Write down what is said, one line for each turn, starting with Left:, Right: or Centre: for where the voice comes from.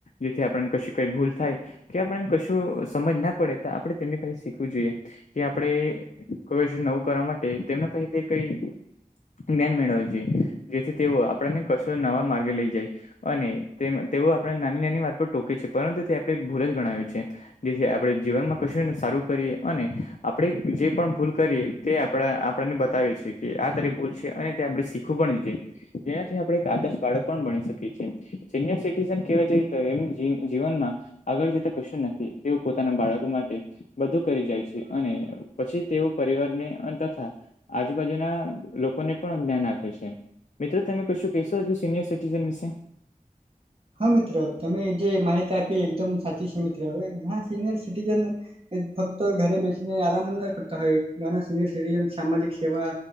Left: જેથી આપણને કશું કઈ ભૂલ થાય કે આપણાને કશું સમજ ના પડે તો આપડે તેમની પાહે શી શીખવું જોએ કે આપડે કવજ નવું કરવા માટે તેમના પાહે કઈ જ્ઞાન મેળવા જોઈએ જેથી તેઓ આપડાને કશો નવા માર્ગે લઈ જાય. અને તેમ તેઓ આપડાને નાની નાની વાત પર ટોકે છે પરંતુ તે આપડે ભૂલ જ ગણાવે છે. જેથી આપડે જીવનમાં કશુંને સારું કરીએ અને આપડે જે પણ ભૂલ કરીએ તે આપડા આપડાને બતાવે છે કે આ તારી ભૂલ છે અને તે આપડે શી <inaudible> ખૂબણ જે જેનાથી આપડે એક આદર્શ બાળક પણ બની શકીએ છે સિનિયર સટીઝન કેવા જયે તો એમ જીન જીવનમાં આગળ જતા કશું નથી તેઓ પોતાના બાળકો માટે બધું કરી જાય છે અને પછી તેઓ પરિવારને અન તથા આજુબાજુના લોકોને પણ જ્ઞાન આપે છે. મિત્ર તમે કશું કહેશો હજુ સિનિયર સિટીઝન વિશે?
Right: હા મિત્ર તમે જે માહિતી આપી એકદમ સાચી છે મિત્ર અવે ઘણા સિનિયર સિટીઝન એ ફક્ત ઘરે બેસીને આરામ ન કરતા હોય ઘણા સિનયર સીટીઝન સામાજિક સેવા